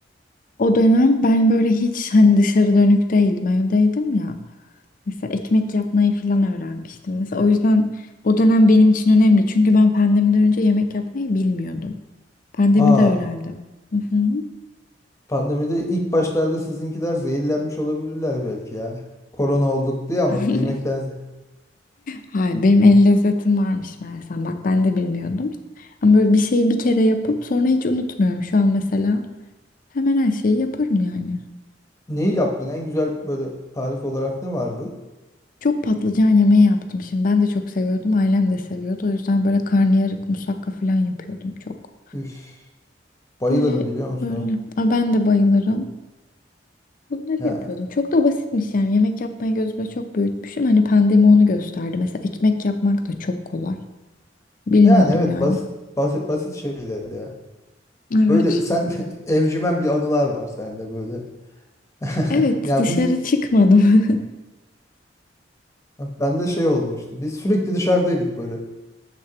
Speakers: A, on the left; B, on the left.
A: O dönem ben böyle hiç hani dışarı dönük değildim, evdeydim ya. Mesela ekmek yapmayı falan öğrenmiştim. Mesela o yüzden o dönem benim için önemli. Çünkü ben pandemiden önce yemek yapmayı bilmiyordum. Pandemide
B: Aa
A: öğrendim. Hı hı.
B: Pandemide ilk başlarda sizinkiler zehirlenmiş olabilirler belki ya. Korona olduk diye ama
A: <laughs>
B: yemekten ze-
A: Hayır, benim el lezzetim varmış meğersem. Bak ben de bilmiyordum. Ama böyle bir şeyi bir kere yapıp sonra hiç unutmuyorum. Şu an mesela hemen her şeyi yaparım yani.
B: neyi yaptın? En güzel böyle tarif olarak ne vardı?
A: Çok patlıcan yemeği yaptım şimdi. Ben de çok seviyordum. Ailem de seviyordu. O yüzden böyle karnıyarık, musakka falan yapıyordum çok.
B: Üf, bayılırım
A: Böyle
B: biliyor musun
A: böyle.
B: o?
A: Aa, ben de bayılırım. Bunları
B: Ya,
A: yapıyordum. Çok da basitmiş yani. Yemek yapmayı gözüme çok büyütmüşüm. Hani pandemi onu gösterdi. Mesela ekmek yapmak da çok kolay. Bilmiyordum
B: yani evet
A: yani.
B: basit basit basit şeyler ya.
A: Evet.
B: Böyle sen <laughs> evcimen bir anılar var sende böyle. <laughs>
A: Evet,
B: Ya
A: dışarı
B: biz
A: çıkmadım. <laughs>
B: ben de şey olmuştu. Biz sürekli dışarıdaydık böyle.